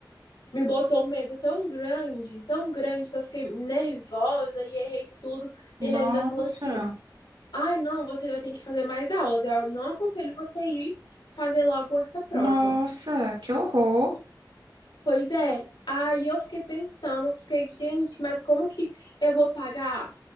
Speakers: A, on the left; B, on the right.
A: me botou um medo tão grande, tão grande, que eu fiquei nervosa e errei tudo.
B: Nossa,
A: E ele ainda falou assim: ai, não, você vai ter que fazer mais aulas. Eu não aconselho você ir fazer logo essa prova.
B: nossa, que horror.
A: Pois é. Aí eu fiquei pensando, fiquei, gente, mas como que eu vou pagar